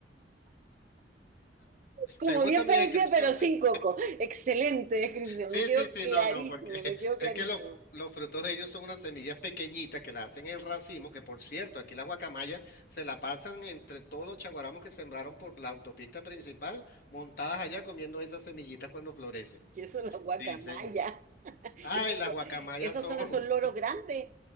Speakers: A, on the right; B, on the left.
A: Como
B: ¿Te gusta
A: bien
B: mi
A: parecía,
B: descripción?
A: pero sin
B: ves?
A: coco. Excelente descripción,
B: Sí,
A: me quedó
B: sí, sí,
A: clarísimo,
B: no, no, porque <laughs>
A: me quedó clarísimo.
B: es que los, los frutos de ellos son unas semillas pequeñitas que las hacen en racimo, que por cierto, aquí las guacamayas se la pasan entre todos los chaguaramos que sembraron por la autopista principal, montadas allá comiendo esas semillitas cuando florecen.
A: Que eso es la guacamaya.
B: Sí, señor.
A: <laughs>
B: Ay,
A: Esos,
B: las guacamayas
A: esos
B: son
A: son esos loros grandes.